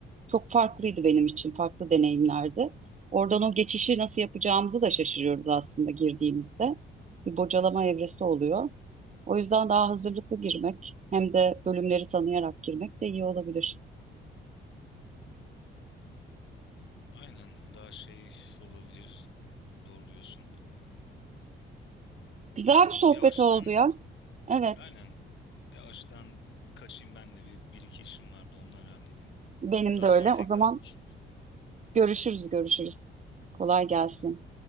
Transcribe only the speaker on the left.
Aynen daha şey olabilir doğru diyorsun.
Ben
yavaştan
aynen yavaştan kaçayım ben de bir, bir iki işim vardı onları halledeyim.
Daha
sonra tekrar
görüşürüz.
Aynen.